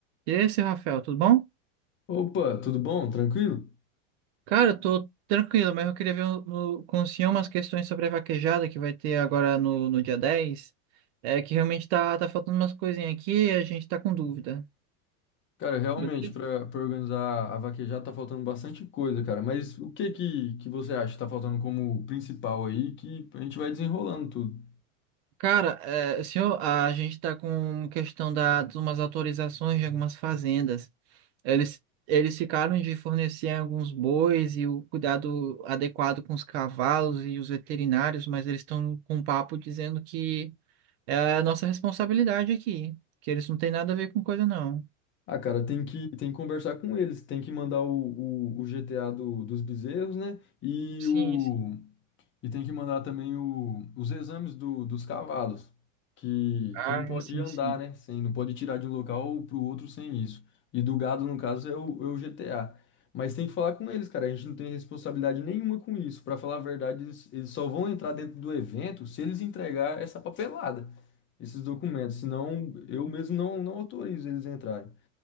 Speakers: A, on the right; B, on the left.
A: E esse, Rafael, tudo bom?
B: Opa, tudo bom? Tranquilo?
A: Cara, eu tô tranquilo, mas eu queria ver um- no- com o senhor umas questões sobre a vaquejada que vai ter agora no, no dia 10. É que realmente tá, tá faltando umas coisinhas aqui e a gente tá com dúvida.
B: Cara, realmente,
A: Beleza?
B: pra pra organizar a vaquejada tá faltando bastante coisa, cara. Mas o que que, que você acha que tá faltando como principal aí que a gente vai desenrolando tudo?
A: Cara, é, senhor, a gente tá com questão da, de umas autorizações de algumas fazendas. Eles, eles ficaram de fornecer alguns bois e o cuidado adequado com os cavalos e os veterinários, mas eles estão com um papo dizendo que. É a nossa responsabilidade aqui, que eles não têm nada a ver com coisa, não.
B: Ah, cara, tem que, tem que conversar com eles, tem que mandar o, o, o GTA do, dos bezerros, né? E
A: Sim,
B: o,
A: sim.
B: E tem que mandar também o- os exames do- dos cavalos, que,
A: Ah,
B: que não pode
A: sim,
B: andar,
A: sim.
B: né? Sem, não pode tirar de um local para o outro sem isso. E do gado, no caso, é o, é o GTA. Mas tem que falar com eles, cara. A gente não tem responsabilidade nenhuma com isso. Para falar a verdade, eles, eles só vão entrar dentro do evento se eles entregar essa papelada, esses documentos. Senão, eu mesmo não, não autorizo eles a entrarem.